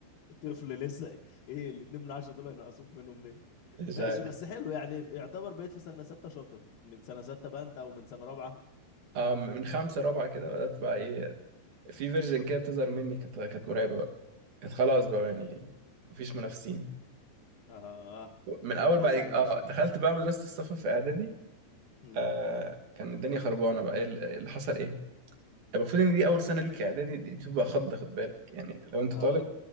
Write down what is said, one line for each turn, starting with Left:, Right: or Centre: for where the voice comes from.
Left: طفل لسه ايه الاتنين من العشرة دول هينقصوك منهم ليه
Right: مش
Left: ماشي
Right: عارف
Left: بس حلو يعني يعتبر بقيت في سنة ستة شاطر من سنة ستة بقى انت او من سنة رابعة
Right: آه، من خمسة رابعة كده بدأت بقى إيه في فيرجن كده بتظهر مني كانت كانت مرعبة بقى كانت خلاص بقى يعني مفيش منافسين
Left: اه آه.
Right: من
Left: انا
Right: اول
Left: دايس
Right: بقى
Left: على
Right: اه
Left: وشكم
Right: دخلت بقى مدرسه السفر في اعدادي
Left: امم
Right: آه كان الدنيا خربانه بقى ايه اللي حصل ايه المفروض ان دي اول سنه ليك اعدادي دي بتبقى خض خد بالك يعني لو انت
Left: اه
Right: طالب